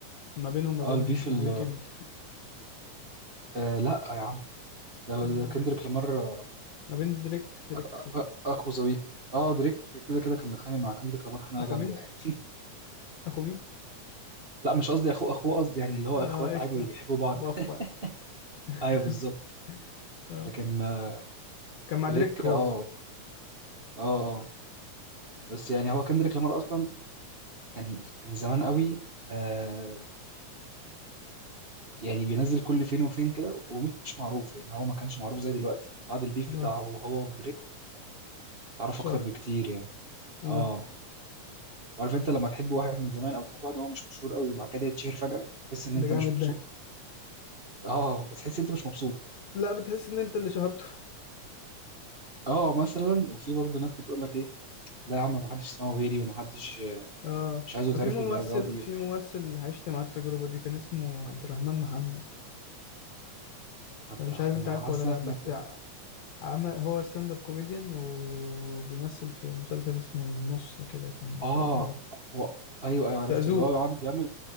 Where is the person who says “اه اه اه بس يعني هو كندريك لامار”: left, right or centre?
Right